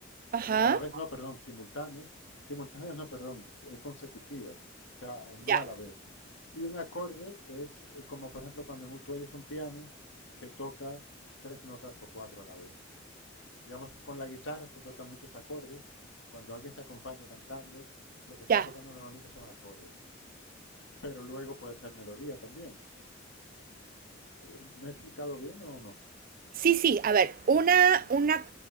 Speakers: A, on the right (about 45°); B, on the left (about 85°).
A: Ajá,
B: Y a la vez, no, perdón, simultáneas. Simultáneas, no, perdón, eh, consecutivas. O sea, no
A: ya,
B: a la vez. Y un acorde es eh, como, por ejemplo, cuando tú oyes un piano que toca tres notas o cuatro a la vez. Digamos, con la guitarra se tocan muchos acordes. Cuando alguien se acompaña cantando, lo que está
A: ya.
B: tocando normalmente son acordes. Pero luego puede ser melodía también. Eh, ¿Me he explicado bien o no?
A: Sí, sí, a ver, una, una,